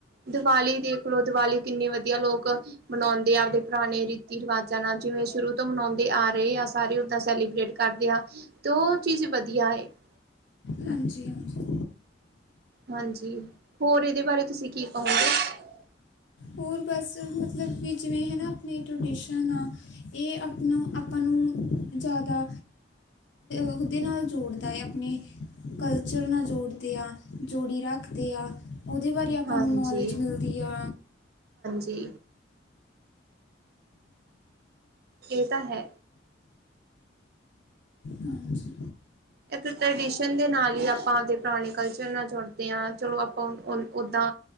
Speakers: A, on the right; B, on the left.
A: <inaudible> ਦੀਵਾਲੀ ਦੇਖ ਲੋ ਦੀਵਾਲੀ ਕਿੰਨੀ ਵਧੀਆ ਲੋਕ ਮਨਾਓਦੇ ਆ ਆਪਦੇ ਪੁਰਾਣੇ ਰੀਤੀ ਰਿਵਾਜ਼ਾਂ ਨਾਲ ਵੇਂ ਸ਼ੁਰੂ ਤੋਂ ਮਨਾਉਂਦੇ ਆ ਰਹੇ ਆ ਸਾਰੇ ਓਦਾਂ ਸੈਲੀਬ੍ਰੇਟ ਕਰਦੇ ਆ ਤੇ ਉਹ ਚੀਜ਼ ਵਧੀਆ ਏ <inaudible>
B: ਹਾਂਜੀ, ਹਾਂਜੀ
A: ਹਾਂਜੀ ਹੋਰ ਇਹਦੇ ਬਾਰੇ ਤੁਸੀਂ ਕੀ ਕਹੋਗੇ
B: ਹੋਰ ਬਸ ਮਤਲਬ ਕਿ ਜਿਵੇਂ ਹੈ ਨਾ ਆਪਣੇ ਟਰਡੀਸ਼ਨ ਆ ਇਹ ਅਪਣਾ ਅਪਾਂ ਨੂੰ ਜ਼ਿਆਦਾ ਉਹਦੇ ਨਾਲ ਜੋੜਦਾ ਏ ਆਪਣੇ ਕਲਚਰ ਨਾਲ ਜੋੜਦੇ ਹਾਂ ਜੋੜੀ ਰੱਖਦੇ ਆ ਉਹਦੇ ਬਾਰੇ ਅਪਾਂ
A: ਹਾਂਜੀ
B: ਨੂੰ ਨੌਲੇਜ ਮਿਲਦੀ ਆ
A: ਜੀ ਏ ਤਾ ਹੈ
B: ਹਾਂਜੀ
A: ਇੱਕ ਟ੍ਰਡੀਸ਼ਨ ਦੇ ਨਾਲ ਹੀ ਅਪਾਂ ਜਿੱਦਾ ਪੁਰਾਣੇ ਕਲਚਰ ਨਾਲ ਜੁੜਦੇ ਹਾਂ ਚਲੋ ਆਪਾਂ ਓਦਾਂ